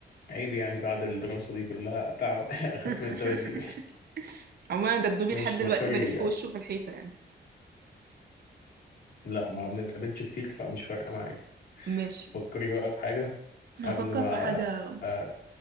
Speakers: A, on the left (about 60°); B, on the right (about 60°).
A: عيب يعني بعد الدراسة دي كلها تعب <laughs> أخاف
B: <laughs>
A: من الدواديب <laughs>
B: عموما أنا دبدوبي
A: ماشي
B: لحد دلوقتي
A: فكري
B: بلف وشه في الحيطة يعني
A: لا ما بنتقابلش كتير فمش فارقة معايا
B: ماشي
A: فكري بقى في حاجة قبل
B: هفكر
A: ما
B: في حاجة
A: اه